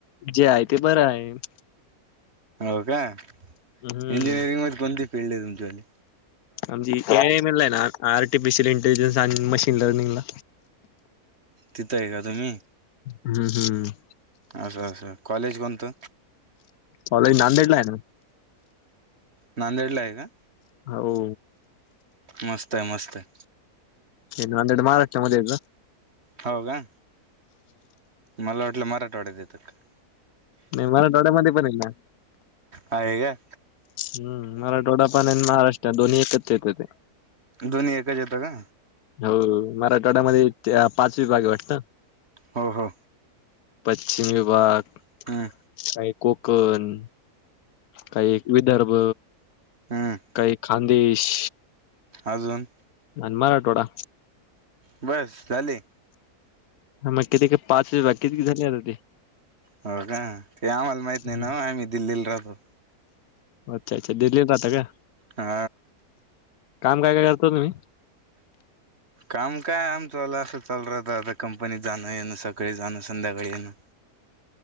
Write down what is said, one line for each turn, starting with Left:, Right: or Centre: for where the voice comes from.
Left: जे आहे ते बरं आहे. <unintelligible>
Right: हो का
Left: हम्म
Right: इंजिनिअरिंग मध्ये कोणती फीलल्ड आहे तुमच्याली.
Left: आमजी कायमल आहे ना <unintelligible> आर्टिफिशियल इंटेलिजन्स आणि मशीन लर्निंग ला.
Right: तिथं आहे का तुम्ही.
Left: हम्म हम्.
Right: असा असा कॉलेज कोणतं.
Left: कॉलेज नांदेडला आहे ना.
Right: नांदेडला आहे का
Left: हो.
Right: मस्त आहे मस्त आहे.
Left: हनेड <unintelligible> महाराष्ट्र मध्ये
Right: हो का मला वाटलं मराठवाड्या येतंय काय का.
Left: नाही मला डोळ्यामध्ये पण आ <unintelligible> हे ना
Right: आहे का.
Left: हम मराठवाडा पण आणि महाराष्ट्र दोन्ही एकत्रच येतय.
Right: दोन्ही का एकच येत का.
Left: हो मराठवाड्यामध्ये ते पाच विभाागे वाटत.
Right: हो हो.
Left: पश्चिम विभाग
Right: हम्म
Left: काही कोकण काही विदर्भ
Right: हम्म
Left: काही खानदेश.
Right: अजून.
Left: अन मराठवाडा.
Right: बस झाले.
Left: ह मग किती काय पाच वज किती कि, झाली आता ते.
Right: हो का ते आम्हाला माहित नाही
Left: हम्म.
Right: ना आम्ही दिल्लीला राहतो.
Left: अच्छा अच्छा दिल्ली राहता का.
Right: हा.
Left: काम काय काय करतो तुम्ही.
Right: काम काय आम चचाल असं चाल राहत आता कंपनीत जाणं येण सकाळी जाणं संध्याकाळी येण. <inaudible>